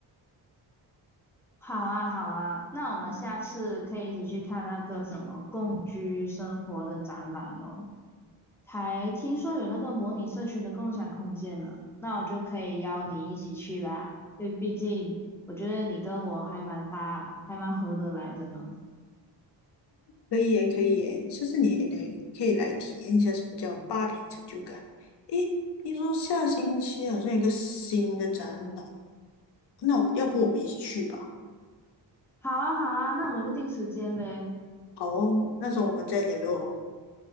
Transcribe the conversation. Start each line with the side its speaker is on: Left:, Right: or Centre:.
Centre: 好啊，好啊，那我们下次可以一起去看那个什么共居生活的展览哦。才听说有那个模拟社区的共享空间了，那我就可以邀你一起去啦，因为毕竟我觉得你跟我还蛮搭，还蛮合得来的呢。
Left: 可以耶，可以耶，下次你也来可以来体验一下什么叫八平成就感。诶，听说下星期好像有一个新的展览那我要不我们一起去吧？
Centre: 好啊，好啊，那我们就定时间呗。
Left: 好哦，那时候我们再联络哦